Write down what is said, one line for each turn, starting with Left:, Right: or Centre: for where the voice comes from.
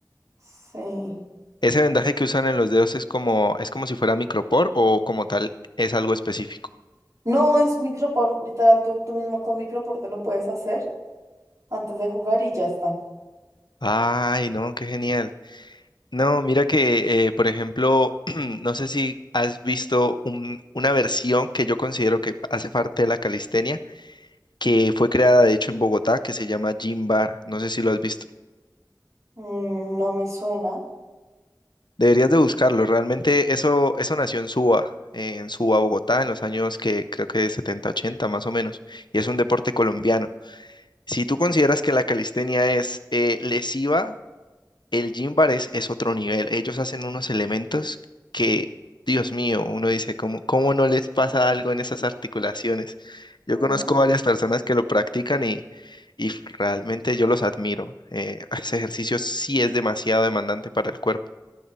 Right: Sí.
Left: ¿Ese vendaje que usan en los dedos es como, es como si fuera micropor o como tal es algo específico?
Right: No, es micropor, literal, tú, tú mismo con micropor te lo puedes hacer antes de jugar y ya está.
Left: Ay, no, qué genial. No, mira que, eh, por ejemplo, <clears throat> no sé si has visto un- una versión que yo considero que hace parte de la calistenia, que fue creada de hecho en Bogotá, que se llama Gym Bar. No sé si lo has visto.
Right: Mm, no me suena.
Left: Deberías de buscarlo. Realmente eso, eso nació en Suba, eh, en Suba, Bogotá, en los años que creo que de 70 80 más o menos. Y es un deporte colombiano. Si tú consideras que la calistenia es eh, lesiva, el gym bar es, es otro nivel. Ellos hacen unos elementos que, Dios mío, uno dice, ¿cómo, cómo no les pasa algo en esas articulaciones? Yo
Right: Mm.
Left: conozco varias personas que lo practican y, y realmente yo los admiro. Eh, <laughs> ese ejercicio sí es demasiado demandante para el cuerpo.